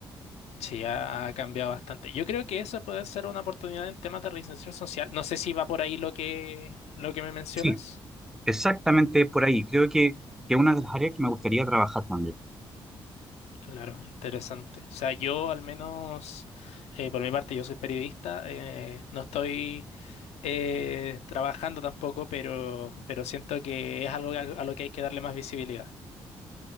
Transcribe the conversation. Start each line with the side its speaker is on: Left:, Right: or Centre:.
Left: Sí, ha, ha cambiado bastante. Yo creo que eso puede ser una oportunidad en temas de reinserción social. No sé si va por ahí lo que, lo que me mencionas.
Centre: Sí, exactamente por ahí. Creo que es una de las áreas que me gustaría trabajar también.
Left: Claro, interesante. O sea, yo al menos, eh, por mi parte, yo soy periodista, eh, no estoy eh, trabajando tampoco, pero, pero siento que es algo a a lo que hay que darle más visibilidad.